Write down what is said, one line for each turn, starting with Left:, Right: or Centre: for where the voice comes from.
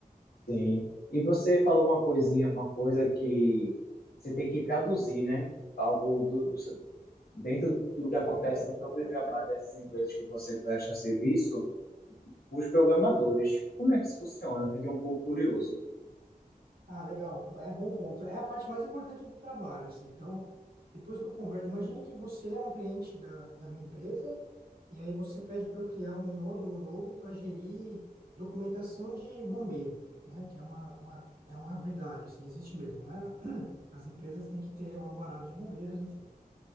Left: Sim. E você falou uma coisinha, uma coisa que você tem que traduzir, né? Algo do, do seu- dentro do que acontece no campo de trabalho dessas empresas que você presta serviço, os programadores. Como é que isso funciona? Eu fiquei um pouco curioso.
Right: Ah, legal. É bom ponto. É a parte mais importante do trabalho, assim. Então, depois que eu converso, imagine que você é um cliente da, da minha empresa e aí você pede para eu criar um módulo novo para gerir documentação de bombeiro, né? Que é uma, uma, é uma verdade, assim, existe mesmo, né? As empresas têm que ter o alvará dos bombeiros, enfim.